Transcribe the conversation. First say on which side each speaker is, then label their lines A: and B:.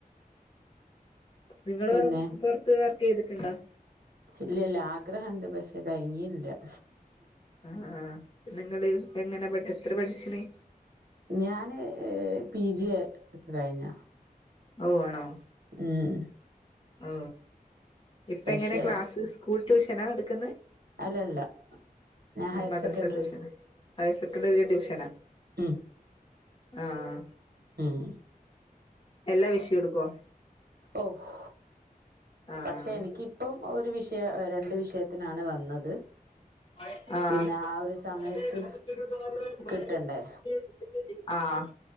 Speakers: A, on the left; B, on the right.
A: നിങ്ങള്
B: പിന്നെ
A: വേർ പൊർത്ത് വർക്കെയ്തിട്ടുണ്ടോ?
B: ഇല്ല ല്ല ആഗ്രഹണ്ട് പക്ഷെ കഴിയിഞ്ഞില്ല
A: ആഹ് ആഹ് നിങ്ങള് എങ്ങനെ പട് എത്ര പഠിച്ചിന്?
B: ഞാന് പി ജി എ കഴിഞ്ഞ.
A: ഓഹ് ആണോ
B: ഉം
A: ആ ഇപ്പെങ്ങനെ
B: പക്ഷെ
A: ക്ലാസ് സ്കൂൾ ട്യൂഷനാ ട്ക്കുന്നേ
B: അല്ലല്ല ഞാൻ ഹയർ
A: മദർസ്സ
B: സെക്കൻഡറി
A: ട്യൂഷനാ ഹയർസെക്കണ്ടറി ഡിവിഷനാ.
B: ഉം
A: ആഹ് ആഹ്
B: ഉം
A: എല്ലാ വിഷയെടുകും
B: ഓഹ്
A: ആഹ്
B: പക്ഷെ എനിക്കിപ്പം ഒരു വിഷയ രണ്ട് വിഷയത്തിനാണ് വന്നത്.
A: ആഹ്
B: പിന്നെ ആ ഒരു
A: <unintelligible>
B: സമയത്ത് കിട്ടണ്ടേ
A: ആഹ്.